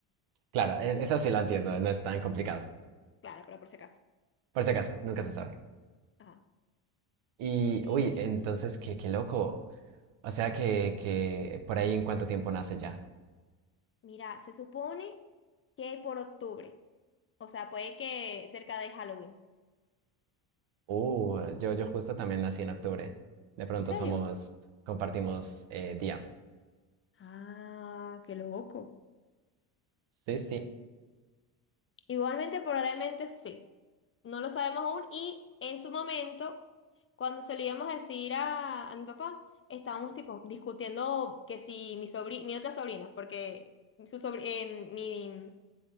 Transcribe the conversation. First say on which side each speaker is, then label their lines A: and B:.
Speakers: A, on the right; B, on the left.
A: claro, e- eso sí lo entiendo, no es tan complicado.
B: Claro, pero por si acaso.
A: Por si acaso, nunca se sabe.
B: Ajá.
A: Y, uy,
B: Y,
A: entonces, qué, qué loco. O sea que, que por ahí en cuánto tiempo nace ya.
B: Mira, se supone que por octubre, o sea, puede que cerca de Halloween.
A: Uh, yo, yo justo también nací en octubre. De pronto
B: ¿En serio?
A: somos, compartimos eh, día.
B: Ah, qué loco.
A: Sí, sí.
B: Igualmente, probablemente sí. No lo sabemos aún y en su momento, cuando se lo íbamos a decir a, a mi papá, estábamos tipo discutiendo que si mi sobri- mi otra sobrina, porque su sobri- eh, mi